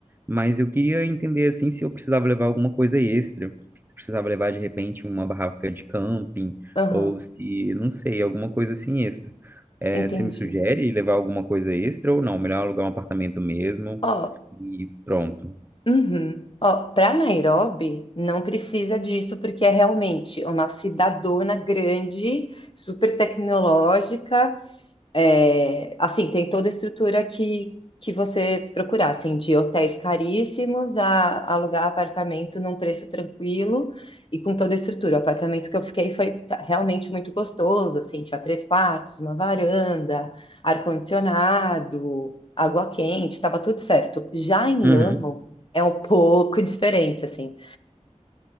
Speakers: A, on the right (about 15°); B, on the left (about 45°).
A: Mas eu queria entender, assim, se eu precisava levar alguma coisa extra. Se eu precisava levar, de repente, uma barraca de camping,
B: aham,
A: ou se, não sei, alguma coisa assim extra. Eh,
B: entendi.
A: você me sugere levar alguma coisa extra ou não? Melhor alugar um apartamento mesmo
B: Ó,
A: e pronto.
B: Uhum. Ó, para Nairobi, não precisa disso, porque é realmente uma cidadona grande, super tecnológica, é, assim, tem toda a estrutura que, que você procurar, assim, de hotéis caríssimos a alugar apartamento num preço tranquilo e com toda a estrutura. O apartamento que eu fiquei foi ta- realmente muito gostoso, assim, tinha três quartos, uma varanda, ar-condicionado, água quente, estava tudo certo. Já em
A: Uhum,
B: Lamo é um pouco <laughs> diferente, assim,